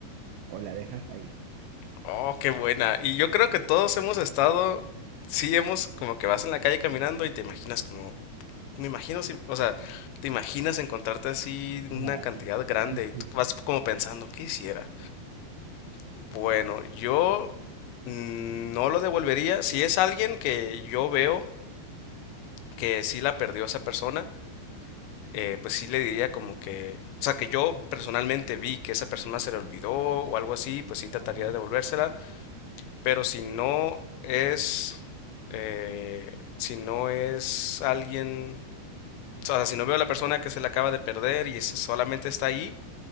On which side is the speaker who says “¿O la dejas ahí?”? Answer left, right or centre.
Right